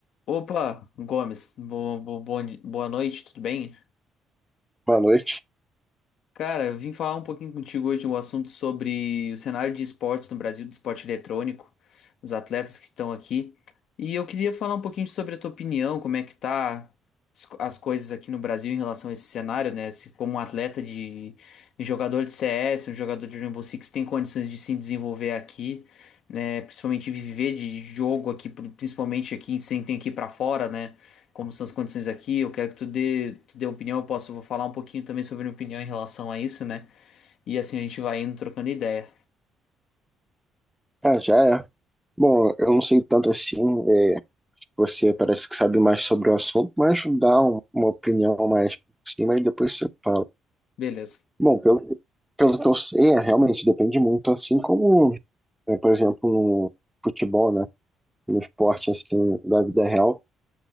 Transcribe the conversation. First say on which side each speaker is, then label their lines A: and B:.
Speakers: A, on the left; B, in the centre.
A: Opa, Gomes, bo- bo- boa, ni- boa noite, tudo bem?
B: Boa noite.
A: Cara, eu vim falar um pouquinho contigo hoje um assunto sobre o cenário de esportes no Brasil, do esporte eletrônico, os atletas que estão aqui. E eu queria falar um pouquinho sobre a tua opinião, como é que tá as co- as coisas aqui no Brasil em relação a esse cenário, né? Se como um atleta de, um jogador de CS, um jogador de Rainbow Six tem condições de se desenvolver aqui, né? Principalmente viver de jogo aqui, pr- principalmente aqui sem ter que ir pra fora, né? como são as condições aqui, eu quero que tu dê, tu dê uma opinião, eu posso, vou falar um pouquinho também sobre minha opinião em relação a isso, né? E assim a gente vai indo trocando ideia.
B: Ah, já é. Bom, eu não sei tanto assim, é, você parece que sabe mais sobre o assunto, mas dá um- uma opinião mais por cima e depois você fala.
A: Beleza.
B: Bom, pelo, pelo que eu sei, é, realmente depende muito, assim como, é, por exemplo, no futebol, né? No esporte, assim, da vida real,